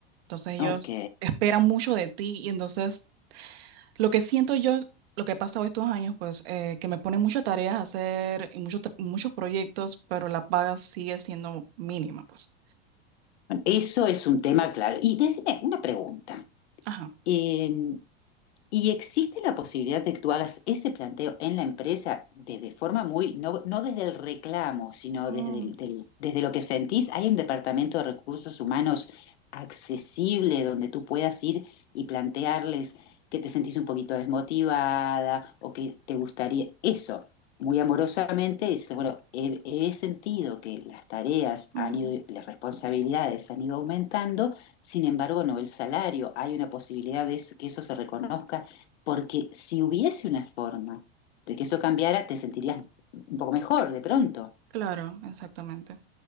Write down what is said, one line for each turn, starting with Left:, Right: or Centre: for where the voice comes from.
Right: Entonces ellos
Left: Ok,
Right: esperan mucho de ti y entonces Lo que siento yo, lo que ha pasado estos años, pues eh, que me pone muchas tareas a hacer y muchos, tra- muchos proyectos, pero la paga sigue siendo mínima, pues.
Left: Bueno, eso es un tema claro. Y decime una pregunta.
Right: Ajá.
Left: Eh, ¿Y existe la posibilidad de que tú hagas ese planteo en la empresa de, de forma muy, no, no desde el reclamo, sino
Right: Mm,
Left: desde, el- del- desde lo que sentís? ¿Hay un departamento de recursos humanos accesible donde tú puedas ir y plantearles que te sentís un poquito desmotivada o que te gustaría eso? Muy amorosamente dices, bueno, he, he sentido que las tareas
Right: ujú.
Left: han ido, las responsabilidades han ido aumentando, sin embargo, no el salario. ¿Hay una posibilidad de eso- que eso se reconozca? Porque si hubiese una forma de que eso cambiara, te sentirías un poco mejor de pronto.
Right: Claro, exactamente.